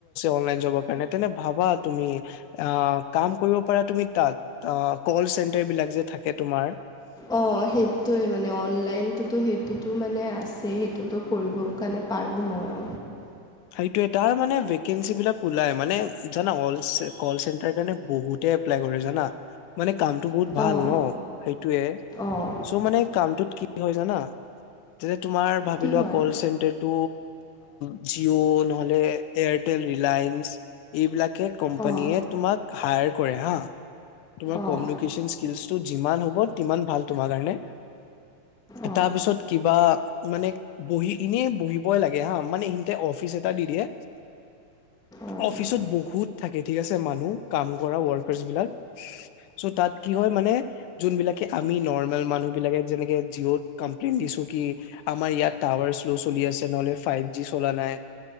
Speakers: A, on the left (about 80°); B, in the centre.
A: অনলাইন যবৰ কাৰণে। তেনে ভাবা তুমি অ কাম কৰিব পাৰা তুমি তাত। অ কল চেন্টাৰ বিলাক যে থাকে তোমাৰ।
B: অ সেইটোৱে মানে, অনলাইনতো সেইটোতো মানে আছে। সেইটোতো কৰিব, কাৰণে পাৰোঁ মই।
A: এইটো এটা মানে ভেকেন্সীবিলাক ওলাই জানা, কল চেন্টাৰ কাৰণে বহুতে এপ্লাই - জানা। মানে কামটো বহুত ভাল
B: অঁ
A: ন। সেইটোয়ে।
B: অঁ
A: চ' মানে কামটোত কি হয় জানা যে, তোমাৰ ভাবি
B: কি
A: লোৱা
B: হয়
A: কল চেন্টাৰটো, জিঅ' নহ'লে, এয়াৰটেল ৰিলায়েন্স, এইবিলাকে কোম্পানীয়ে
B: অঁ
A: তোমাক হায়- কৰে হা। তোমাৰ
B: অঁ
A: কমিউনিকেশ্বন স্কিল যিমান হ'ব তিমান ভাল তোমাৰ কাৰণে।
B: অঁ
A: তাৰ পিছত কিবা মানে বহি এনেই বহিবই লাগে হা মানে, অফিচ এটা দি দিয়ে,
B: অঁ
A: অফিচত বহুত থাকে ঠিক আছে মানুহ, কাম কৰা ৱৰ্কাৰছ বিলাক। চ' তাত কি হয় মানে, যোনবিলাকে আমি নৰ্মেল মানুহ বিলাকে যেনেকে জিঅ'ত কমপ্লেইন দিছো কি আমাৰ ইয়াত টাৱাৰ, শ্লো চলি আছে, নহলে ফাইভ জি চলা নাই,